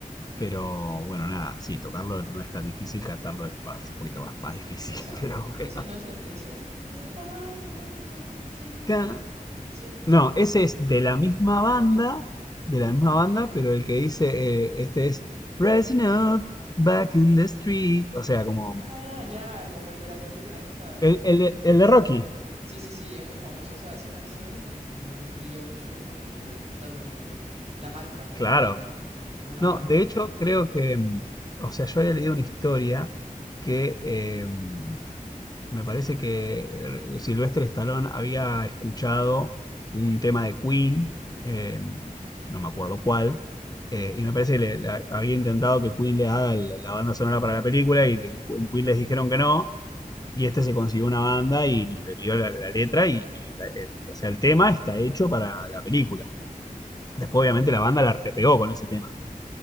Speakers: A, on the left; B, on the right.
A: Pero bueno, nada, sí, tocarlo no es tan difícil, cantarlo es más, un poquito más, más difícil,
B: Exacto,
A: <laughs> pero
B: ese.
A: bueno.
B: Ese no es el que dice The Final Countdown.
A: Ca-
B: ¿Sí? ¿Ese?
A: No, ese es de la misma banda, de la misma banda, pero el que dice, eh, este es Rising Up, Back in the Street, o sea, como
B: Ah,
A: mm,
B: ya, como el de la película esta, ya.
A: el, el de el de Rocky,
B: Sí, sí, sí, es muy famoso. Esa, esa canción, pues, brilló mucho en esa película. Totalmente. La marca, la
A: claro.
B: película. Como una
A: No,
B: marca,
A: de
B: sí.
A: hecho creo que, mm, o sea, yo había leído una historia que eh, mm, Me parece que eh, Sylvester Stallone había escuchado un tema de Queen, eh, no me acuerdo cuál, eh, y me parece que le- le había intentado que Queen le haga el- la banda sonora para la película y en en Queen les dijeron que no, y este se consiguió una banda y le pidió la, la letra y, y la- el- o sea, el tema está hecho para la película. Después obviamente la banda la repegó con ese tema.